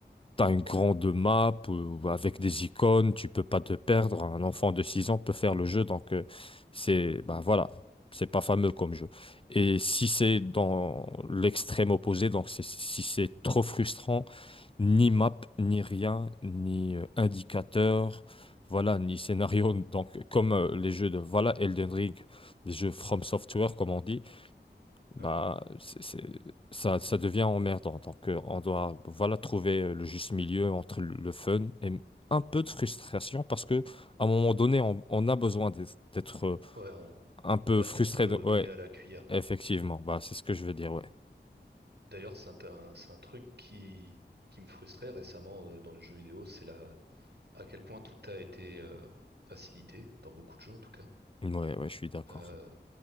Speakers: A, on the left (about 30°); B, on the right (about 65°).
A: T'as une grande
B: Ouais,
A: map euh, avec des icônes, tu peux pas te perdre. Un enfant de 6 ans peut faire le jeu, donc euh, c'est bah voilà, c'est pas fameux comme jeu. Et si c'est dans l'extrême opposé, donc c'est- si c'est trop frustrant, ni map, ni rien, ni euh, indicateur, voilà, ni scénario. Donc comme euh, les jeux de voilà Elden Ring, les jeux From Software comme on dit, bah,
B: ouais,
A: c'est, c'est- ça, ça devient emmerdant. Donc, euh, on doit voilà, trouver euh, le juste milieu entre le le fun et m- un peu de frustration parce que à un moment donné, on, on a besoin d'être d'être, euh,
B: ouais, on
A: un peu
B: peut pas
A: frustré.
B: tout euh,
A: De... Ouais,
B: donner à la cuillère,
A: effectivement.
B: quoi.
A: Bah, c'est ce que je veux dire. Ouais,
B: D'ailleurs, c'est un, un- c'est un truc qui, qui me frustrait récemment euh, dans les jeux vidéo, c'est la, à quel point tout a été euh, facilité, dans beaucoup de jeux en tout cas.
A: ouais, ouais, je suis d'accord.
B: Euh,